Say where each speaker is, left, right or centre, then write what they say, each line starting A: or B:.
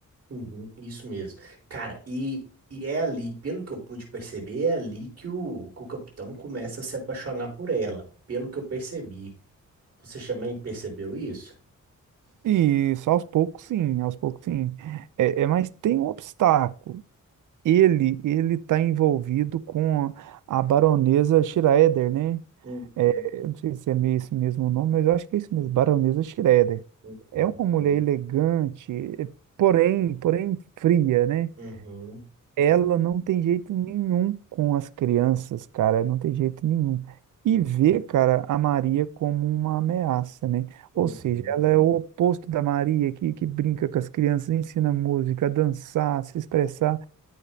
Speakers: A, on the right (about 50°); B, on the right (about 75°).
A: Uhum, isso mesmo. Cara, e, e é ali, pelo que eu pude perceber, é ali que o, que o capitão começa a se apaixonar por ela. Pelo que eu percebi. Você também percebeu isso?
B: E só aos poucos, sim, aos poucos, sim. É, é, mas tem um obstáculo. Ele ele está envolvido com a baronesa Schroeder, né?
A: Uhum,
B: É, eu não sei se é meio esse mesmo nome, mas eu acho que é isso mesmo, baronesa Schroeder.
A: uhum,
B: É uma mulher elegante, eh, porém, porém fria, né?
A: uhum,
B: Ela não tem jeito nenhum com as crianças, cara, não tem jeito nenhum. E vê, cara, a Maria como uma ameaça, né?
A: uhum,
B: Ou seja, ela é o oposto da Maria, que, que brinca com as crianças, ensina música, a dançar, a se expressar.